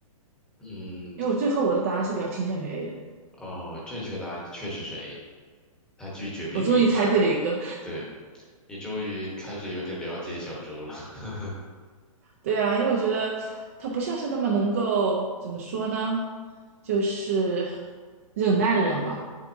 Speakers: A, in the centre; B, on the right.
A: 嗯
B: 因为我最后我的答案是比较倾向于 A 的。
A: 哦，正确答案确实是 A，他拒绝并离开了。
B: 我终于猜对了一个
A: 对，你终于开始有点了解小周了。<laughs>
B: 对啊，因为我觉得他不像是那么能够怎么说呢，就是忍耐的人吧，